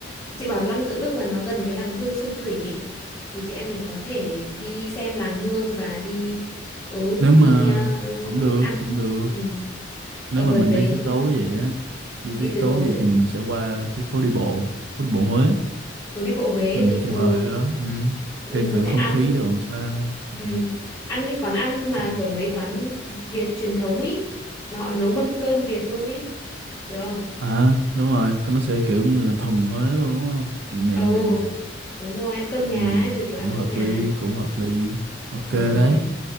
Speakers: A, on the left; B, on the right.
A: chị bảo lăng Tự Đức là nó gần cái làng Hương Xuân Thủy thì chị em mình có thể đi xem làng Hương và đi ừ
B: nếu
A: đi
B: mà
A: ờ,
B: cũng được
A: ăn
B: cũng được
A: ừ,
B: nếu
A: ở
B: mà
A: gần
B: mình
A: đấy
B: đi tới tối vậy á đi tới
A: đi tới
B: tối
A: tối
B: vậy thì mình sẽ qua cái phố đi bộ phố đi bộ Huế
A: phố đi bộ Huế
B: mình
A: gì
B: chơi
A: ừ
B: bời đó ừ.
A: mình
B: xem
A: có
B: thử
A: thể
B: không
A: ăn
B: khí đồ làm sao ừ.
A: ừm, ăn cái quán ăn
B: sẵn
A: mà kiểu mấy quán Việt truyền thống ý mà họ nấu mâm cơm Việt luôn ý được không
B: à đúng rồi nó sẽ kiểu như là thuần Huế luôn đúng không nhẹ
A: ồ
B: nhàng vậy
A: đúng rồi ăn cơm
B: ừ.
A: nhà ấy, rồi kiểu
B: cũng
A: ăn cơm
B: hợp
A: nhà
B: lý cũng hợp lý ok
A: rồi
B: đấy